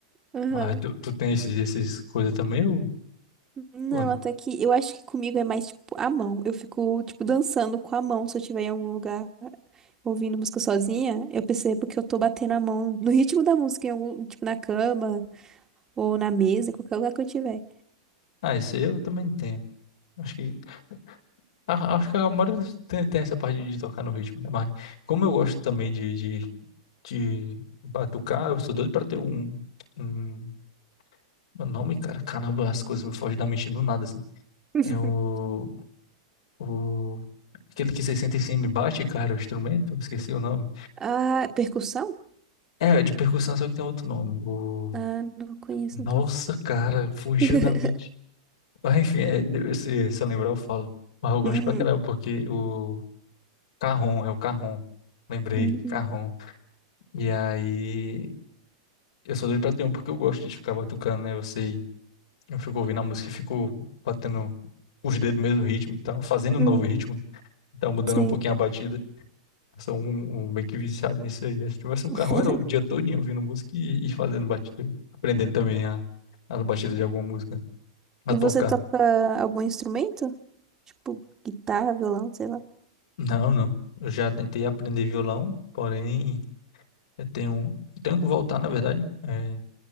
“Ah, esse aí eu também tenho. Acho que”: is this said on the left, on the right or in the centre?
Left